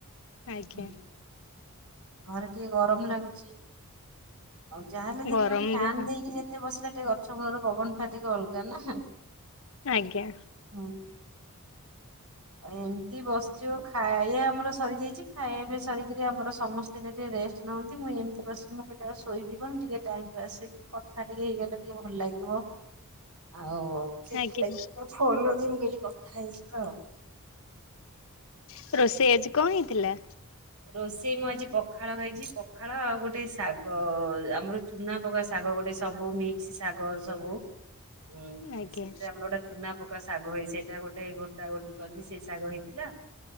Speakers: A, on the left; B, on the right.
A: ଆଜ୍ଞା
B: ହୁଁ, ଘରେ ଟିକେ ଗରମ ଲାଗୁଛି ଆଉ ଯାହାହେଲେ ଯେତେବେଳେ
A: ଗରମ
B: ଫ୍ୟାନ
A: ଯାହା
B: ଦେଇକି ଯେତେ ବସିଲେ ଏ ଗଛମୂଳର ପବନଟା ଟିକେ ଅଲଗା ନା
A: ଆଜ୍ଞା
B: ହୁଁ ଏମିତି ବସିଛି ଖାଇବା ଆମର ସରିଯାଇଛି ଖାଇବା ପିଇବା ସରିକିରି ଆମର ସମସ୍ତ ଦିନେ ଟିକେ ରେଷ୍ଟ ନିଅନ୍ତି ମୁଁ ଏମିତି ବସି ମୁ ଭି ଟିକେ ଶୋଇଯିବା ଟିକେ ଟାଇମ ପାସ୍ କଥା ଟିକେ ହେଇଗଲେ ଟିକେ ଭଲ ଲାଗିବ ଆଉ ସେଥିଲାଗି
A: ଆଜ୍ଞା
B: ମୁ ଫୋନ <inaudible> ଖାଇଥିଲ
A: ହ ରୋଷେଇ ଆଜି କଣ ହେଇଥିଲା
B: ରୋଷେଇ ମୁଁ ଆଜି ପଖାଳ ଖାଇଛି ପଖାଳ ଆଉ ଗୋଟେ ଶାଗ ଆମର ଚୁନା ପକା ଶାଗ ଗୋଟେ ସବୁ ମିକ୍ସ ଶାଗ ସବୁ ହଁ
A: ଆଜ୍ଞା
B: ସେଟା ଆମର ଚୁନା ପକା ଶାଗ ହେଇ ସେଇଟା ଗୋଟେ ଘୋଟା ଘୋଟି କଲି ସେ ଶାଗ ହେଇଥିଲା